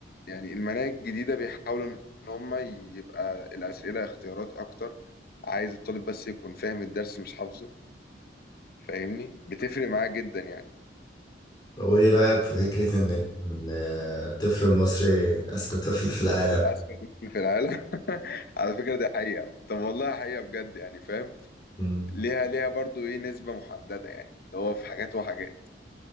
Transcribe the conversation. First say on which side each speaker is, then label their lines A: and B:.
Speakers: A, on the left (about 55°); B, on the left (about 25°).
A: يعني المناهج الجديدة بيحاولوا إن هم يبقى الأسئلة اختيارات أكتر عايز الطالب بس يكون فاهم الدرس مش حافظه فاهمني بتفرق معاه جدا يعني
B: طب وايه رايك في فكره ان إن الطفل المصري اذكى طفل في العالم
A: أذكى طفل في العالم <laughs> على فكرة دي حقيقة طب والله حقيقة بجد يعني فاهم
B: مم.
A: ليها ليها برضو إيه نسبة محددة يعني اللي هو في حاجات وحاجات